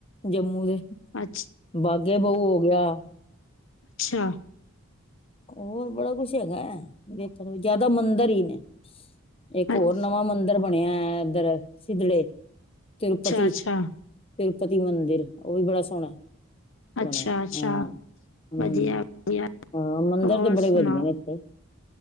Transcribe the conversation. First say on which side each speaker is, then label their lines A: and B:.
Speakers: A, on the left; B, on the left.
A: ਜੰਮੂ ਦੇ
B: ਅੱਛ
A: ਬਾਗੇ ਬਹੁ ਹੋ ਗਿਆ।
B: ਅੱਛਾ।
A: ਹੋਰ ਬੜਾ ਕੁਛ ਹੈਗਾ ਹੈ ਵਖਨ ਨੂੰ, ਜਿਆਦਾ ਮੰਦਿਰ ਹੀ ਨੇ। ਇੱਕ ਹੋਰ
B: ਅੱਛਾ
A: ਨਵਾਂ ਮੰਦਿਰ ਬਣਿਆ ਇੱਧਰ ਸਿਦੜੇ ਤਰਪਤੀ
B: ਅੱਛਾ
A: ਤਿਰੂਪਤੀ ਮੰਦਿਰ ਉਹ ਵੀ ਬੜਾ ਸੋਹਣਾ
B: ਅੱਛਾ
A: ਬਣਿਆ
B: ਅੱਛਾ
A: ਹਾਂ ਹਮ।
B: ਵਧੀਆ ਵਧੀਆ
A: ਹਾਂ ਮੰਦਿਰ
B: ਹੋਰ
A: ਤੇ
B: ਸੁਣਾਓ
A: ਬੜੇ ਵਧੀਆ ਨੇ ਇੱਥੇ।